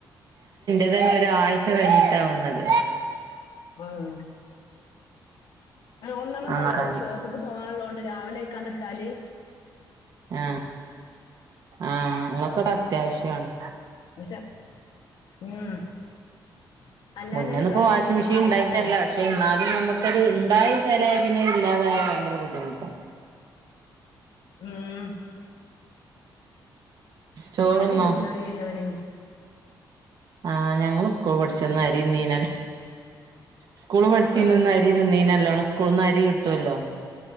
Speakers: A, on the right; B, on the left.
A: അ തന്നെ ഒരാഴ്ച കഴിഞ്ഞിട്ടാ വന്നത്
B: ആഹ ഒന്നാമതെന്താറിയ്യോ
A: നന്നാക്കാന്
B: ഷോപ്പ്ക്ക് പോകാന്ള്ളതോണ്ട് രാവിലെ ആയിക്കാണ്ട്ട്ടാല്
A: ആഹ് ആഹ് ഇങ്ങക്കൊക്കെ അത്യാവശ്യാണ്
B: പക്ഷെ ഉം അല്ലാഞ്ഞാല്
A: മുന്നൊന്നു ഇപ്പോ
B: കല്ലില്
A: വാഷിംഗ്
B: കുത്തിർന്ന്
A: മെഷീൻ
B: അലക്കണ്ടേ
A: ഉണ്ടായിട്ടല്ല പക്ഷെ എന്നാലും നമ്മുക്കത് ഇണ്ടായി ചെലേ പിന്നെ ഇല്ലാതായാ ഭയങ്കര ബുദ്ധിമുട്ടാ
B: ഉം
A: ചോറുന്നോ
B: അരി തിന്നറിയ ഞാന്
A: ആഹ് ഞങ്ങള് സ്കൂൾ പഠിച്ചന്ന് അരി തിന്നേന് സ്കൂള് പഠിച്ചന്ന്
B: ആ,
A: അരി തിന്നീനല്ലോണം. സ്കൂള്ന്ന് അരി കിട്ടുവല്ലോ